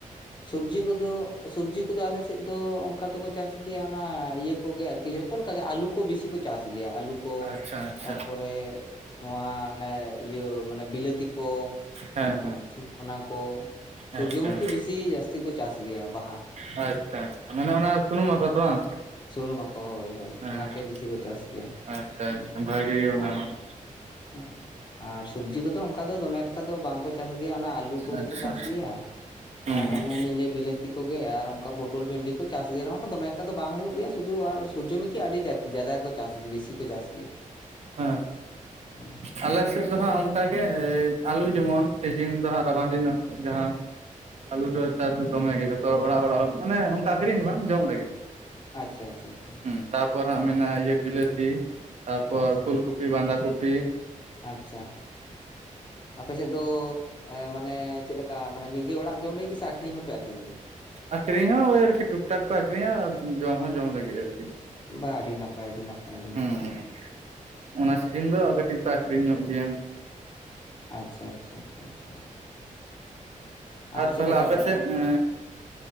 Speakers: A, on the left; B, on the right.
A: ᱥᱚᱵᱡᱤ ᱠᱚᱫᱚ ᱥᱚᱵᱡᱤ ᱠᱚᱫᱚ ᱟᱞᱮᱮᱥᱮᱫ ᱫᱚ-ᱚ ᱚᱱᱠᱟ ᱫᱚᱠᱚ ᱪᱟᱥ ᱜᱮᱭᱟ ᱚᱱᱟ ᱤᱭᱟᱹ ᱠᱚᱜᱮ ᱟᱨᱠᱤ ᱡᱚᱛᱚ ᱞᱮᱠᱟ ᱜᱮ ᱟᱞᱩ ᱠᱚ ᱵᱤᱥᱤ ᱠᱚ ᱪᱟᱥ ᱜᱮᱭᱟ ᱟᱞᱩ ᱠᱚ
B: ᱟᱪᱪᱷᱟ ᱟᱪᱪᱷᱟ
A: ᱛᱟᱨᱯᱚᱨᱮ ᱱᱚᱣᱟ ᱦᱟᱱᱮ ᱤᱭᱟᱹ ᱢᱟᱱᱮ ᱵᱤᱞᱟᱹᱛᱤ ᱠᱚ
B: ᱦᱮᱸ ᱦᱮᱸ
A: ᱱᱚᱸᱜ ᱥᱩ ᱚᱱᱟ ᱠᱚ ᱥᱩᱨᱡᱚᱢᱩᱠᱷᱤ
B: ᱟᱪᱪᱷᱟ
A: ᱵᱮ ᱥᱤ ᱡᱟᱹᱟᱥᱛᱤ ᱠᱚ ᱪᱟᱥ ᱜᱮᱭᱟ ᱵᱟᱦᱟ
B: ᱟᱪᱪᱷᱟ ᱟᱪᱪᱷᱟ ᱢᱟᱱᱮ ᱚᱱᱟ ᱥᱩᱱᱩᱢ ᱦᱟᱥᱟ ᱛᱚ ᱵᱟᱝ
A: ᱥᱩᱱᱩᱢ ᱟᱠᱠᱚ ᱦᱳᱭ ᱦᱳᱭ
B: ᱦᱮᱸ
A: ᱚᱱᱟᱜᱮ
B: ᱦᱮᱸ
A: ᱵᱮᱥᱤ ᱠᱚ ᱪᱟᱥ ᱜᱮᱭᱟ
B: ᱟᱪᱪᱷᱟ
A: <unintelligible>
B: ᱟᱪᱪᱷᱟ ᱵᱷᱟᱜᱮ ᱜᱮ
A: ᱟ
B: <inaudible>
A: ᱩ ᱟᱨ ᱥᱚᱵᱡᱤ ᱠᱚᱫᱚ ᱚᱱᱠᱟ ᱫᱚ ᱫᱚᱢᱮ ᱮᱠᱛᱷᱟ ᱫᱚ ᱵᱟᱝᱠᱚ ᱪᱟᱥ ᱜᱮᱭᱟ ᱚᱱᱟ ᱟᱹᱞᱩ ᱠᱚᱜᱮ
B: ᱟᱪᱪᱷᱟ
A: ᱠᱚ ᱪᱟᱥ ᱜᱮᱭᱟ
B: ᱦᱩᱸ
A: ᱟᱨ
B: ᱦᱩᱸ
A: ᱚᱱᱮ ᱱᱤᱞᱮ ᱵᱤᱞᱟᱹ ᱛᱤ ᱠᱚᱜᱮ ᱟᱨ ᱚᱱᱠᱟ ᱯᱳᱴᱳᱚᱞ ᱵᱷᱤᱱᱰᱤ ᱠᱚ ᱪᱟᱥ ᱜᱮ ᱨᱮᱦᱚ-ᱠᱚ ᱫᱚᱢᱮ ᱮᱠᱴᱟ ᱫᱚ ᱵᱟᱝ ᱦᱩᱭᱩᱜ ᱜᱮᱭᱟ ᱥᱩᱫᱩ ᱟᱨ ᱥᱩᱨᱡᱚᱢᱠᱤ ᱟᱹᱰᱤ ᱡᱟᱡ ᱡᱟᱫᱟ ᱜᱚ ᱪᱟᱥ ᱜᱤ ᱵᱮᱥᱤ ᱠᱚ ᱪᱟᱥ ᱜᱮᱭᱟ
B: ᱦᱮᱸ
A: ᱦᱩᱸ
B: ᱟᱞᱮ ᱥᱮᱫ ᱫᱚ ᱦᱟᱸᱜ ᱚᱱᱠᱟᱜᱮ ᱟᱞᱩ ᱡᱮᱢᱚᱱ ᱥᱮ ᱡᱤᱱ ᱦᱚᱜ ᱨᱟᱵᱟᱝ ᱫᱤᱱ ᱡᱟᱦᱟᱸ ᱟᱞᱩ ᱫᱚ ᱪᱟᱥ ᱫᱚ ᱫᱚᱢᱮ ᱜᱮ ᱡᱷᱚᱛᱚ ᱚᱲᱟᱜ ᱚᱲᱟᱜ ᱢᱟᱱᱮ ᱚᱱᱠᱟ ᱟᱠᱷᱨᱤᱤᱧ ᱫᱚ ᱵᱟᱝ ᱡᱚᱢ ᱞᱟᱹᱜᱤᱫ
A: ᱟᱪᱪᱷᱟ ᱟᱪᱪᱷᱟ ᱟᱪᱪᱷᱟ ᱟᱪᱪᱷᱟ
B: ᱦᱩᱸ ᱛᱟᱯᱚᱨ ᱦᱟᱸᱜ ᱢᱮᱱᱟᱜᱼᱟ ᱤᱭᱟᱹ ᱵᱤᱞᱟᱹᱛ ᱛᱤ ᱛᱟᱨᱯᱚᱨ
A: ᱟᱪᱪᱷᱟ
B: ᱯᱷᱩᱞ ᱠᱩᱯᱤ ᱵᱟᱸᱫᱷᱟ ᱠᱩᱯᱤ
A: ᱟᱪᱪᱷᱟ ᱟᱯᱮᱥᱮᱫ ᱫᱚ ᱮ ᱢᱟᱱᱮ ᱪᱮᱫ ᱞᱮᱠᱟ ᱢᱟᱱᱮ ᱱᱤᱡᱮ ᱚᱲᱟᱜ ᱡᱚᱢ ᱞᱟᱹᱜᱤᱫ ᱥᱮ ᱟᱠᱷᱨᱤᱧ ᱦᱚᱸᱯᱮ ᱟᱠᱷᱨᱤᱧ ᱜᱮᱭᱟ
B: ᱟᱠᱷᱨᱤᱧ ᱦᱚᱸ ᱳᱭ ᱟᱨᱠᱤ ᱴᱩᱠ ᱴᱟᱠ ᱠᱚ ᱟᱠᱷᱨᱤᱧᱟ ᱟᱨ ᱡᱚᱢ ᱦᱚᱸ ᱡᱚᱢ ᱞᱟᱹᱜᱤᱫ ᱟᱨᱠᱤ
A: ᱵᱟ ᱟᱹᱰᱤ ᱱᱟᱯᱟᱭ ᱟᱹᱰᱤ ᱱᱟᱯᱟᱭ ᱟᱹᱰᱤ
B: ᱦᱩᱸ
A: ᱱᱟᱯᱟᱭ
B: ᱦᱩᱸ ᱚᱱᱟ ᱥᱤᱡᱤᱱ ᱫᱚ ᱠᱟᱹᱴᱤᱡ ᱠᱚ ᱟᱠᱷᱨᱤᱧ ᱧᱚᱜ ᱜᱮᱭᱟ
A: ᱟᱪᱪᱷᱟ ᱟᱪᱪᱷᱟ ᱟᱪᱪᱷᱟ ᱪᱷᱟ ᱟᱨ ᱪᱮᱫ
B: ᱛᱟᱦᱚᱞᱮ
A: ᱞᱮᱠᱟ
B: ᱟᱯᱮ
A: ᱫᱟᱜ
B: ᱥᱮᱫ ᱮᱸ